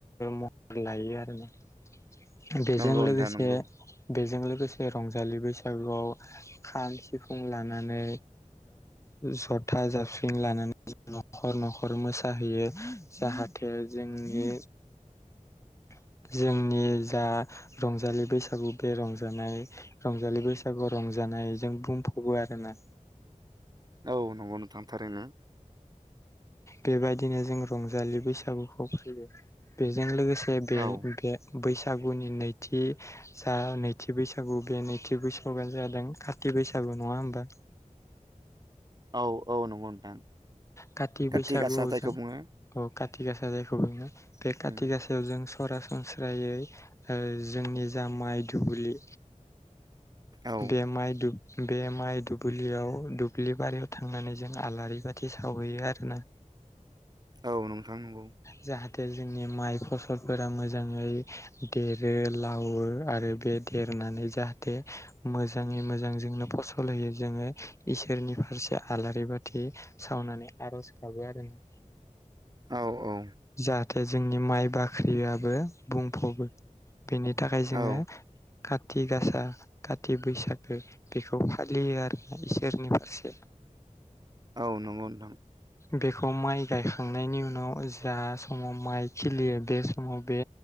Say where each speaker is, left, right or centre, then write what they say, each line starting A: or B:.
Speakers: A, on the left; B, on the right.
A: मर लायो आरो न बेजों
B: नंगौ
A: लोगोसे
B: नोंथां नंगौ
A: बेजों लोगोसे रंजालि बैसागुआव खाम सिफुं लानानै जथा जाबफं लानानै न'खर न'खर मोसाहैयो जाहाथे जोंनि थ जोंनि जा रंजालि बैसागु बे रंजानाय रंजालि बैसागु रंजानायजों बुंफावो आरोना
B: औ नंगौ नोंथां थारैनो।
A: बेबायदिनो जों रंजालि बैसागुखौ फैयो बेजों लोगोसे जे बे
B: औ
A: बे बैसागुनि नैथि जा नैथि बैसागु बे नैथि बैसागुआ जादों खाथि बैसागु नङा होमबा?
B: औ औ नंगौ नोंथां।
A: काथि
B: काति
A: बैसागु
B: गासा
A: आव
B: जायखौ
A: जों
B: बुङो
A: अ काथि गासा जायखौ बुङो बे खाथि
B: उम
A: गासा ओ जों सरासनस्रायै जोंनि जा माइ दुब्लि
B: औ
A: बे माइ दुब बे माइ दुब्लियाव दुब्लि बारियाव थांनानै जों आलारि बा थि सावहैयो आरोना।
B: औ नोंथां नंगौ।
A: जाहाथे जोंनि माइ फसलफोरा मोजाङै देरो लावो आरो बे देरनानै जाहाथे मोजाङै मोजां जोंनो फसल होयो जोङो इसोरनि फारसे आलारि बाथि सावनानै आर'ज गाबो आरो ना।
B: औ औ।
A: जाहाथे जोंनि माइ बाख्रियाबो बुंफबो। बेनि थाखाय जोङो
B: औ
A: काथि गासा काति बैसागो बेखौ फालियो आरो ना इसोरनि फारसे।
B: औ नंगौ नोंथां।
A: बेखौ माइ गायखांनायनि उनाव जा समाव माइ खिलियो बे समाव बे